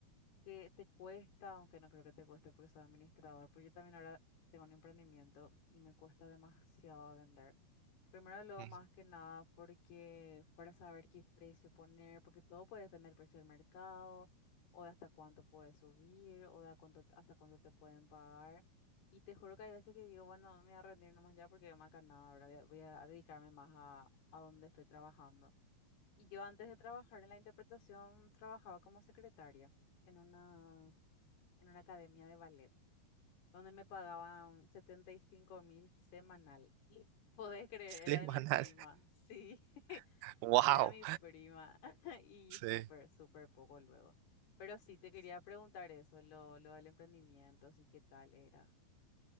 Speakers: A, on the left (about 80°); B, on the right (about 85°).
A: que te cuesta, aunque no creo que te cueste porque soy administrador, porque yo también ahora tengo un emprendimiento y me cuesta demasiado vender. Primero, luego,
B: ujú.
A: más que nada, porque para saber qué precio poner, porque todo puede depender del precio del mercado, o de hasta cuánto puedes subir, o de a cuánto, hasta cuánto te pueden pagar. Y te juro que hay veces que digo, bueno, me voy a rendir nomás ya porque más que nada, ahora voy a, voy a dedicarme más a, a donde estoy trabajando. Y yo antes de trabajar en la interpretación, trabajaba como secretaria en una en una academia de ballet, donde me pagaban setenta y cinco mil semanal. Y <laughs> podés creer,
B: Semanal.
A: era de mi prima, sí, <laughs>
B: <laughs> Wow.
A: era mi prima. <laughs> Y
B: Sí.
A: súper, súper poco luego. Pero sí, te quería preguntar eso, lo, lo del emprendimiento, sí, qué tal era.